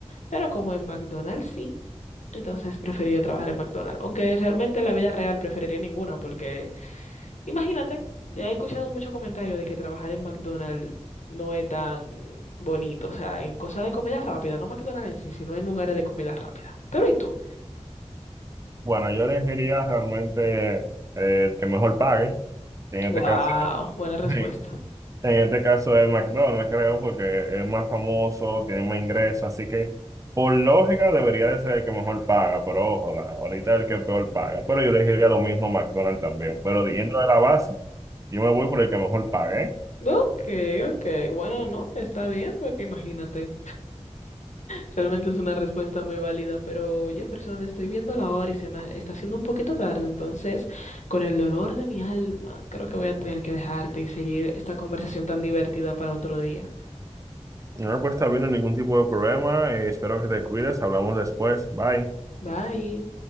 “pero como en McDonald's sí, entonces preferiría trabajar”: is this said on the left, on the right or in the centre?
Left